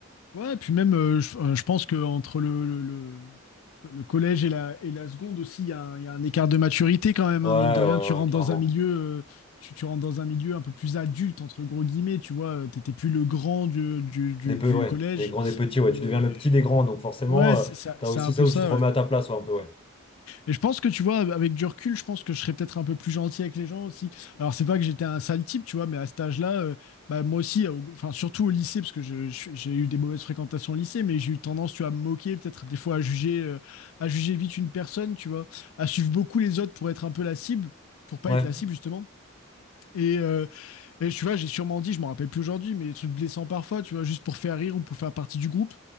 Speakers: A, on the left; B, on the left.
A: Ouais, et puis même, euh, je, euh, je pense qu'entre le, le, le- le collège et la, et la seconde aussi, il y a un, il y a un écart de maturité quand même,
B: Ouais,
A: hein, mine de rien.
B: ouais,
A: Tu rentres
B: ouais, carrément.
A: dans un milieu, euh, tu, tu rentres dans un milieu un peu plus adulte, entre gros guillemets, tu vois. euh, T'étais plus le grand du, du, du-
B: Des peu,
A: du
B: ouais.
A: collège.
B: Des grands, des petits,
A: Et-
B: ouais. Tu deviens le petit des grands, donc forcément,
A: Ouais, c'est
B: euh,
A: ça-
B: t'as
A: c'est
B: aussi
A: un peu
B: ça où
A: ça,
B: tu te remets
A: ouais.
B: à ta place, ouais, un peu, ouais.
A: Et je pense que tu vois, avec du recul, je pense que je serais peut-être un peu plus gentil avec les gens aussi. Alors, c'est pas que j'étais un sale type, tu vois, mais à cet âge-là, euh, bah, moi aussi, euh, enfin, surtout au lycée, parce que je- je- j'ai eu des mauvaises fréquentations au lycée, mais j'ai eu tendance, tu vois, à me moquer, peut-être des fois à juger, euh, à juger vite une personne, tu vois, à suivre beaucoup les autres pour être un peu la cible, pour pas
B: Ouais.
A: être la cible, justement. Et, euh, et tu vois, j'ai sûrement dit, je m'en rappelle plus aujourd'hui, mais des trucs blessants parfois, tu vois, juste pour faire rire ou pour faire partie du groupe.